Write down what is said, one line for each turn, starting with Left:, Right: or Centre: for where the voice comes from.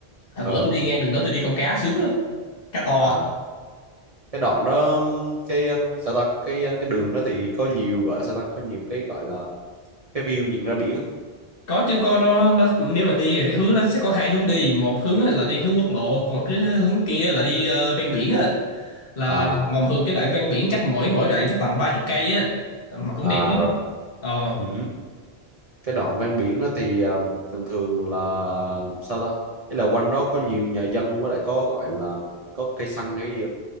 Left: hồi
Right: ờ
Left: bữa tôi đi ngang đường đó tôi đi câu cá sướng lắm cá to
Right: à cái đoạn đó cái um, sao ta cái uh, cái đường đó thì có nhiều gọi sao ta có nhiều cái gọi là cái view nhìn ra biển không
Left: có chứ con nó nó nếu mà đi thì cái hướng nó sẽ có hai hướng đi một hướng á là đi hướng quốc lộ còn cái hướng kia là đi ờ, ven biển á là
Right: à
Left: mà thường cái đoạn ven biển chắc mỗi mỗi đoạn chắc tầm ba chục cây á mà cũng
Right: à
Left: đẹp lắm
Right: rồi
Left: ờ
Right: ừ. cái đoạn ven biển đó thì um, thường thường là sao ta ý là quanh đó có nhiều nhà dân với lại có gọi là có cây xăng hay cái gì không